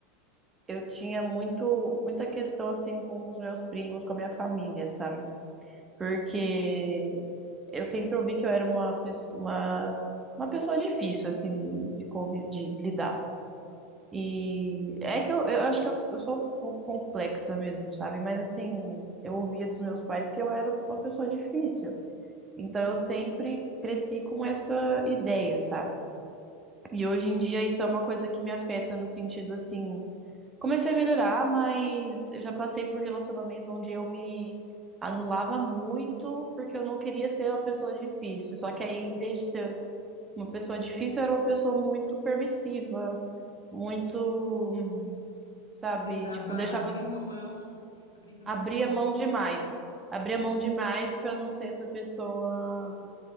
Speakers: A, on the right; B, on the left.
A: eu tinha muito, muita questão assim com os meus primos, com a minha família, sabe? porque eu sempre ouvi que eu era uma pessoa, uma, uma pessoa difícil, assim, de, de, convi- de lidar. E é que eu, eu acho que eu, eu sou um pouco complexa mesmo, sabe? Mas assim, eu ouvia dos meus pais que eu era uma pessoa difícil. Então eu sempre cresci com essa ideia, sabe? E hoje em dia isso é uma coisa que me afeta no sentido assim. Comecei a melhorar, mas eu já passei por relacionamentos onde eu me anulava muito porque eu não queria ser uma pessoa difícil. Só que aí, em vez de ser uma pessoa difícil, eu era uma pessoa muito permissiva, muito, sabe,
B: Você tava
A: tipo, deixava,
B: abrindo mão, abrindo
A: abria
B: mão do que você...
A: mão demais. Abria mão demais para não ser essa pessoa